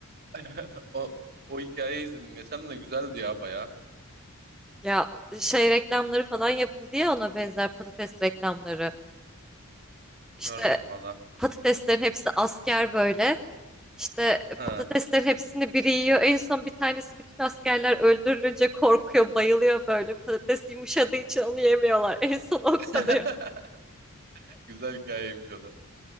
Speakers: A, on the right; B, in the centre.
A: <laughs> O, o hikayeyi izledim geçen de güzeldi ya baya.
B: Ya şey reklamları falan yapıldı ya ona benzer patates reklamları. İşte
A: Görmedim valla.
B: patateslerin hepsi asker böyle. İşte
A: Ha.
B: patateslerin hepsini biri yiyor. En son bir tanesi bütün askerler öldürülünce korkuyor, bayılıyor böyle. Patates yumuşadığı için onu yemiyorlar. En son o
A: <laughs>
B: kalıyor.
A: Güzel hikayeymiş o da.